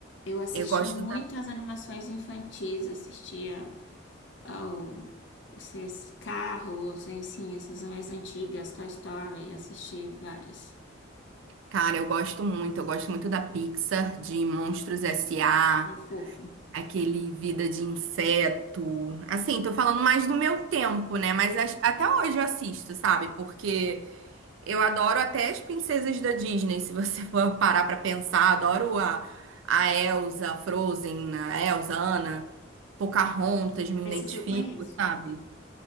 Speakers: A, on the left (about 65°); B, on the right (about 75°).
A: Eu assistia
B: Eu gosto
A: muito
B: da.
A: às animações infantis, assistia. ou esses carros, assim, essas mais antigas, Toy Story, assisti várias.
B: Cara, eu gosto muito. Eu gosto muito da Pixar, de Monstros S.A.
A: É fofo.
B: Aquele vida de inseto. Assim, tô falando mais do meu tempo, né? Mas as- até hoje eu assisto, sabe? Porque eu adoro até as princesas da Disney, se você <laughs> for parar pra pensar. Adoro a, a Elsa, a Frozen, a Elsa, a Anna, Pocahontas, me
A: Essas
B: identifico,
A: eu conheço.
B: sabe?